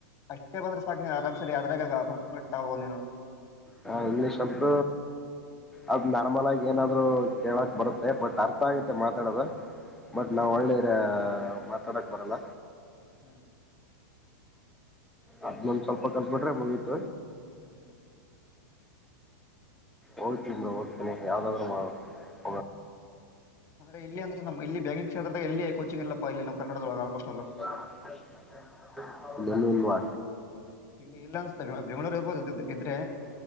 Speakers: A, on the left (about 30°); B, in the centre.
A: ಅಷ್ಟೇ ಬಂದ್ರೆ ಸಾಕ ನಿ ಆರಾಮ್ ಸರಿ ಅದ್ರಾಗ ಹೊ ಭಟ್ಟ ಆಗಬಹುದ್ನೇನೋ.
B: ಹ ಇಂಗ್ಲಿಷ್ ಸ್ವಲ್ಪ ಅದ ನಾರ್ಮಲ್ ಆಗಿ ಏನಾದ್ರು ಕೇಳಕ್ ಬರುತ್ತೆ ಬಟ್ ಅರ್ಥ ಆಗುತ್ತೆ ಮಾತಾಡೋದು.
A: ಹ್ಮ್
B: ಬಟ್ ನಾವ್ ಒಳ್ಳೇದ ಹ ಮಾತಾಡಕ್ ಬರಲ್ಲ.
A: ಹ್ಮ್
B: ಅದನೊಂದ ಸ್ವಲ್ಪ ಕಲ್ತಬಿಟ್ರೆ ಮುಗಿತ
A: ಹ್ಮ್
B: ಹೋಗ್ತೀನ ಬ್ರೋ ಹೋಗ್ತಿನಿ ಯಾವ್ದಾದ್ರು ಮ
A: ಹ್ಮ್ ಅಂದ್ರೆ ಇಲ್ಲಿ ಅಂದ್ರೆ ನಮ ಇಲ್ಲಿ ಬ್ಯಾಗಿಂಗ್ ಕ್ಷೇತ್ರ ದಾಗ್ ಎಲ್ಲಿ ಕೋಚಿಂಗ್ ಇಲ್ಲಪ್ಪ ಇಲ್ಲಿ ನಮ್ಮ ಕರ್ನಾಟಕದೊಳಗೆ ಆಲ್ಮೋಸ್ಟ
B: <unintelligible> ಇಲ್ಲಿ ಯಲ್ಲೂ ಇಲ್ವಾ.
A: ಇಲ್ಲಿ ಇಲ್ಲ ಅನಸ್ತೇ ಬ್ರೋ ಬೆಂಗಳೂರು ಇರ್ಬೋದು ಇದ್ದಿದ ಇದ್ರೆ.